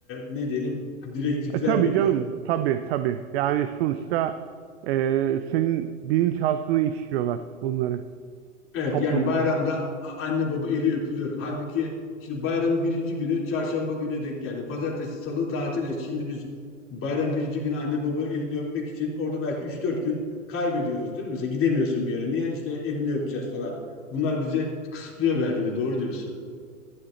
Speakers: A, on the left; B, on the right.
A: ne diyelim direktifler
B: E, tabii
A: veriyor.
B: canım tabii tabii. Yani sonuçta e, senin bilinçaltını işliyorlar bunları.
A: Evet
B: Toplum
A: yani bayramda a- anne baba eli öpülür. Halbuki şimdi bayramın birinci günü çarşamba gününe denk geldi. Pazartesi, salı tatil. E şimdi biz bayramın birinci günü anne baba elini öpmek için orada belki üç dört gün kaybediyoruz değil mi? Mesela gidemiyorsun bir yere. Niye? İşte elini öpeceğiz falan. Bunlar bizi kısıtlıyor belki de doğru diyorsun.